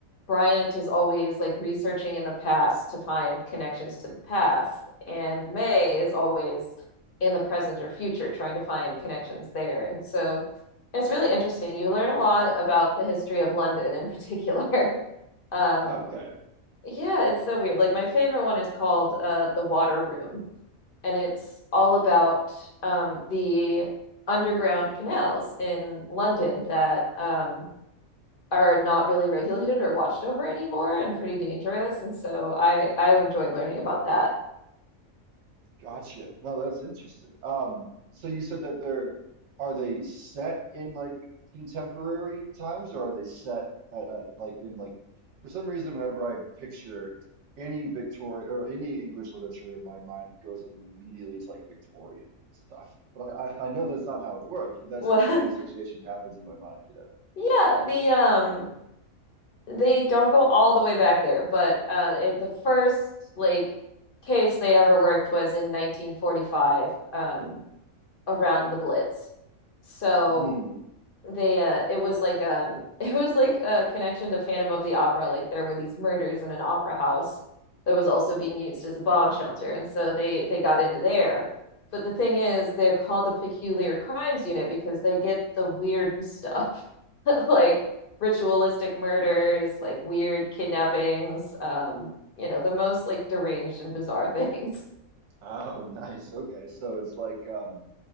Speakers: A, on the left; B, on the right.
A: Bryant is always like researching in the past to find connections to the past, and May is always in the present or future trying to find connections there. And so it's really interesting. You learn a lot about the history of London in particular. <laughs> Um,
B: Okay.
A: yeah, it's so weird. Like my favorite one is called uh The Water Room, and it's all about um the underground canals in London that um are not really <laughs> regulated or watched over anymore and pretty dangerous. And so I I enjoyed learning about that. <laughs>
B: Gotcha. No, that's interesting. Um, so you said that they're are they set in like contemporary times or are they set at, at like in like for some reason whenever I picture any Victorian or any English literature in my mind goes immediately to like Victorian stuff. But I, I, I know that's not how it works, but that's
A: What
B: like the association happens in my mind, you know.
A: Yeah, the um they don't go all the way back there, but uh it, the first like case they ever worked was in 1945 um around the Blitz. So
B: Mm.
A: they uh it was like um <laughs> it was like a connection to Phantom of the Opera like there were these murders in an opera house that was also being used as a bomb shelter and so they they got into there. But the thing is they're called the Peculiar Crimes Unit because they get the weird <laughs> stuff. <laughs> like ritualistic murders, like weird kidnappings, um, you know, the most like deranged and bizarre things. <laughs>
B: Oh, <laughs> nice. Okay. So it's like um